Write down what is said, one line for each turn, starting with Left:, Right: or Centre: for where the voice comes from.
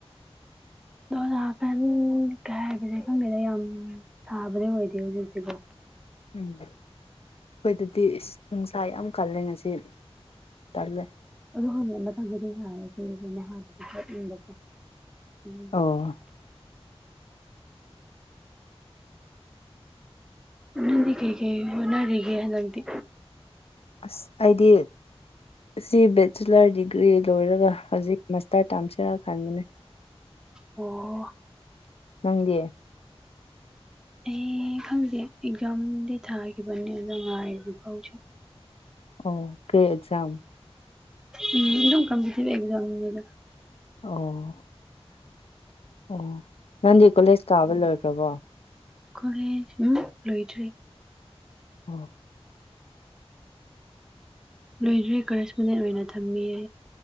Centre: ꯖꯥꯐꯦꯟ ꯀꯩ ꯍꯥꯏꯕꯁꯦ ꯈꯪꯗꯦꯗ ꯌꯥꯝ ꯁꯥꯕꯗꯤ ꯑꯣꯏꯗꯦ ꯍꯧꯖꯤꯛꯇꯤꯕꯣ
Left: ꯎꯝ ꯑꯩꯈꯣꯏꯗꯗꯤ ꯅꯨꯡꯁꯥ ꯌꯥꯝ ꯀꯜꯂꯦ ꯉꯁꯤ ꯇꯜꯂ
Centre: ꯑꯗꯨꯣ ꯍꯪꯅ ꯃꯊꯪꯗꯗꯤ ꯍꯥꯏꯔꯦ ꯑꯩꯈꯣꯏꯗꯤ ꯆꯅꯤꯡꯕꯀꯣ ꯎꯝ
Left: ꯑꯣ
Centre: ꯑꯣꯗꯤ ꯀꯩ ꯀꯩ ꯑꯣꯅꯥꯔꯒ ꯍꯂꯛꯗꯤ
Left: ꯑ ꯑꯩꯗꯤ ꯁꯤꯕꯠ ꯕꯦꯆꯤꯂꯔ ꯗꯤꯒ꯭ꯔꯤ ꯂꯣꯏꯔꯒ ꯍꯧꯖꯤꯛ ꯃꯥꯁꯇꯔ ꯇꯥꯝꯁꯤꯔꯛꯑꯀꯥꯟꯕꯅꯦ
Centre: ꯑꯣ
Left: ꯅꯪꯗꯤ
Centre: ꯑꯩ ꯈꯪꯗꯦ ꯑꯦꯛꯖꯥꯝꯗꯤ ꯊꯥꯈꯤꯕꯅꯤ ꯑꯗꯣ ꯉꯥꯏꯔꯤꯕ ꯐꯥꯎꯁꯨ
Left: ꯑꯣ ꯀꯦꯖꯝ
Centre: ꯎꯝ ꯑꯗꯨꯝ ꯀꯝꯇꯤꯚ ꯑꯦꯖꯝꯗ
Left: ꯑꯣ ꯑꯣ ꯅꯪꯗꯤ ꯀꯣꯂꯦꯖ ꯀꯥꯕ ꯂꯣꯏꯈ꯭ꯔꯕꯣ
Centre: ꯀꯣꯂꯦ ꯂꯣꯏꯗ꯭꯭ꯔꯔꯤ
Left: ꯎꯝ
Centre: ꯂꯣꯏꯗ꯭ꯔꯤ ꯀꯔꯦꯁꯄꯗꯦꯟ ꯑꯣꯏꯅ ꯊꯝꯕꯤꯌꯦ